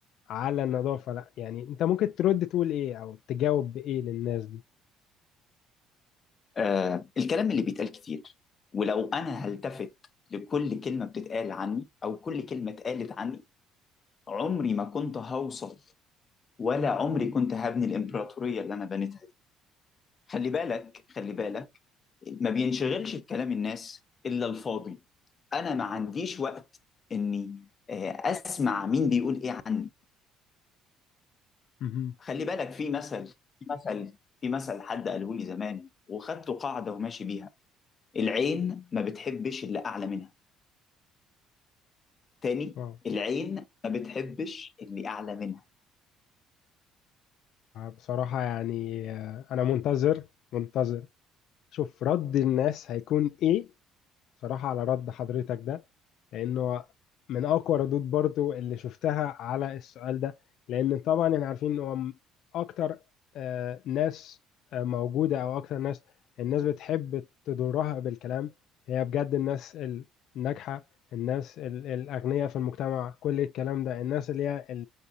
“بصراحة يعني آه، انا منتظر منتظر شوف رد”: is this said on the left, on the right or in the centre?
Left